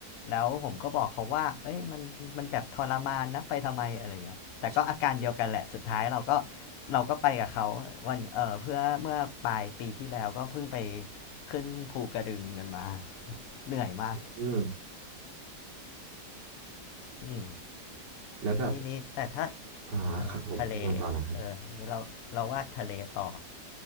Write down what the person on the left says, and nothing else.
แล้วผมก็บอกเขาว่าเอ้ยมันมันแบบทรมานนะไปทำไมอะไรเงี้ยแต่ก็อาการเดียวกันแหละสุดท้ายเราก็
เราก็ไปกับเขาวันเออเพื่อเมื่อปลายปีที่แล้วก็เพิ่งไปขึ้นภูกระดึงกันมา <laughs> เหนื่อยมาก
อืม
ทีนี้แต่ถ้า
เออทะเลเออนี่เราเราว่าทะเลต่อ